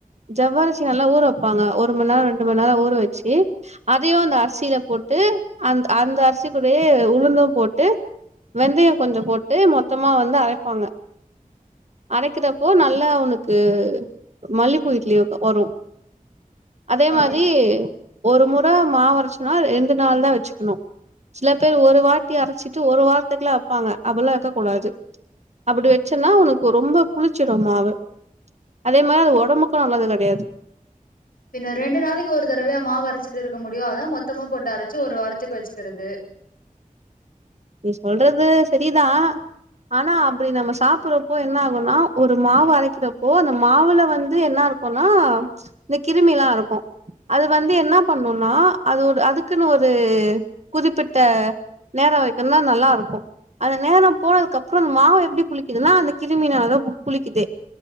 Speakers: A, on the right (about 50°); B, on the left (about 80°).
A: ஜவ்வரசி நல்லா ஊற வைப்பாங்க ஒரு மணி நேரோ ரெண்டு மணி நேரோ ஊற வெச்சு அதையு அந்த அரிசில போட்டு அந்த் அந்த அரிசி கூடைய உளுந்தும் போட்டு வெந்தயோ கொஞ்சோ போட்டு மொத்தமா வந்து அரைப்பாங்க அரைக்கிறப்போ நல்லா அவனுக்கு மல்லிப்பூ இட்லி வரும் அதே
B: அப்டி
A: மாரி ஒரு முற மாவரச்சனா ரெண்டு நாள் தா வெச்சுக்ணு சில பேர் ஒரு வாட்டி அரச்சிட்டு ஒரு வாரத்துக்குலா வப்பாங்க அப்ல்லா வெக்க கூடாது அப்புடி வெச்சேன்னா உனக்கு ரொம்ப புளிச்சிரு மாவு <unintelligible> அதே மாதரி அது ஒடம்புக்கு நல்லது கெடயாது
B: பின்ன ரெண்டு நாளக்கி ஒரு தடவயா மாவு அரச்சிட்டு இருக்க முடியு அதா மொத்தமா போட்டு அரச்சு ஒரு வாரத்துக்கு வச்சிக்கிறது
A: நீ சொல்றது சரிதா ஆனா அப்டி நம்ம சாப்படுறப்போ என்ன ஆகும்னா ஒரு மாவு அரைக்கிறப்போ அந்த மாவுல வந்து என்ன இருக்கும்னா இந்த கிருமி எல்லாம் இருக்கோ அது வந்து என்ன பண்ணும்னா அது ஒரு அதுக்குன்னு ஒரு குறிப்பிட்ட நேரோ வை இதெல்லா நல்லா இருக்கோ அந்த நேரோ போனதுக்கு அப்புறம்ந்தா மாவு எப்படி புளிக்குதுனா அந்த கிருமி நா புளிக்குதே